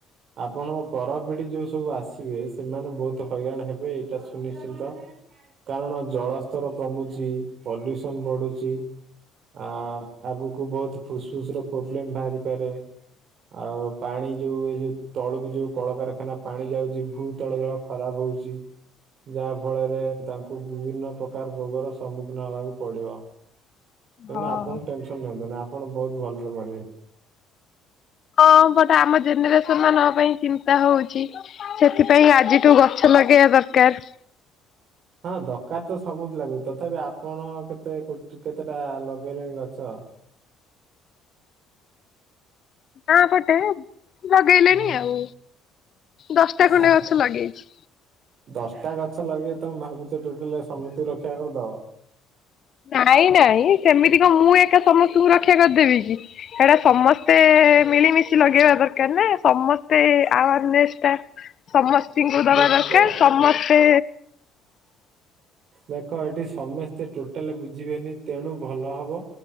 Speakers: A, on the right; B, on the left.
A: ଆପଣଙ୍କ ପରପିଢି ଯୋଉ ସବୁ ଆସିବେ ସେମାନେ ବହୁତ ହଇରାଣ ହେବେ ଏଇଟା ସୁନିଶ୍ଚିନ୍ତ। କାରଣ ଜଳସ୍ତର କମୁଛି, ପଲ୍ୟୁସନ ବଢୁଛି। ଆ ଆଗକୁ ବହୁତ ଫୁସଫୁସ ର ପ୍ରୋବ୍ଲେମ ବାହାରିପାରେ। ଆଉ ପାଣି ଯୋଉ ଏ ଯୋଉ ତଳକୁ ଯୋଉ କଳକାରଖାନା ପାଣି ଯାଉଛି ଭୂ ତଳ ଜଳ ଖରାପ ହଉଛି, ଯାହା ଫଳରେ ତାଙ୍କ ବିଭିନ୍ନ ପ୍ରକାର ରୋଗର ସମ୍ମୁଖୀନ ହବାକୁ ପଡିବ, ତେଣୁ
B: ହଁ।
A: ଆପଣ ଟେଂସନ୍ ନିଅନ୍ତୁନି ଆପଣ ବହୁତ ଭଲରେ ମରିବେ।
B: ହଁ ବଟ ଆମ ଜେନେରେସନ ମାନଙ୍କ ପାଇଁ ଚିନ୍ତା ହଉଛି, ସେଥିପାଇଁ ଆଜିଠୁ ଗଛ ଲଗେଇବା ଦରକାର।
A: ହଁ ଦରକାର ତ ସବୁଠୀ ଲାଗୁଛି, ତଥାପି ଆପଣ କେତେ କେତେଟା ଲଗେଇଲେଣି ଗଛ?
B: ହଁ ପଟେ। ଲଗେଇଲିଣି
A: ହୁଁ।
B: ଆଉ ଦଶଟା ଖଣ୍ଡେ
A: ଆ
B: ଗଛ ଲଗେଇଛି।
A: ଦଶଟା ଗଛ ଲଗେଇ ତମେ ଭାବୁଛ ଟୋଟାଲ ସମୁସ୍ତକୁ ରକ୍ଷା କରିଦବ?
B: ନାଇଁ ନାଇଁ ସେମିତି କଣ ମୁଁ ଏକା ସମସ୍ତଙ୍କୁ ରକ୍ଷା କରିଦେବି କି? ସେଟା ସମସ୍ତେ ମିଳିମିଶି ଲଗେଇବା ଦରକାର ନା। ସମସ୍ତେ ଆୱାରନେସ୍ ଟା ସମସ୍ତିଙ୍କୁ ଦବା
A: ଦେଖ
B: ଦରକାର ସମସ୍ତେ
A: ଦେଖ ଏଠି ସମସ୍ତେ ଟୋଟାଲି ବୁଝିବେନି ତେଣୁ ଭଲ ହବ